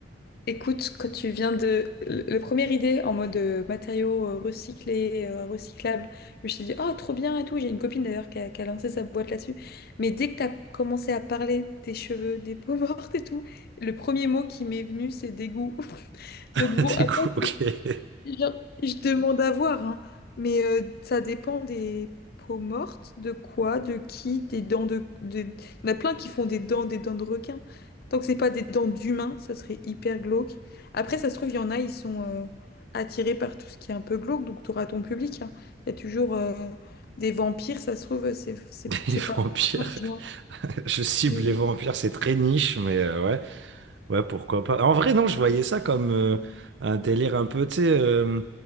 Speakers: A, on the left (about 55°); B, on the right (about 75°).
A: Écoute, quand tu viens de... le- La première idée en mode euh, matériaux euh, recyclés, euh, recyclables, je me suis dit, oh, trop bien et tout. J'ai une copine d'ailleurs qui a, qui a lancé sa boîte là-dessus. Mais dès que tu as commencé à parler des cheveux, des peaux <laughs> mortes et tout, le premier mot qui m'est venu, c'est dégoût. <laughs>
B: <laughs>
A: Donc bon, après,
B: Des goûts, ok. <laughs>
A: Genre, je demande à voir, hein. Mais euh, ça dépend des peaux mortes, de quoi, de qui, des dents de, des- Il y en a plein qui font des dents, des dents de requin. Tant que c'est pas des dents d'humain, ça serait hyper glauque. Après, ça se trouve, il y en a, ils sont euh, attirés par tout ce qui est un peu glauque, donc tu auras ton public, hein. Il y a toujours euh, des vampires, ça se trouve, euh, c'est c'est-
B: Les
A: c'est
B: vampires.
A: pas... les gens-
B: <laughs> Je cible
A: les-
B: les vampires, c'est très niche, mais euh, ouais, ouais, pourquoi pas. En vrai, non, je voyais ça comme euh, un délire un peu, tu sais, euh,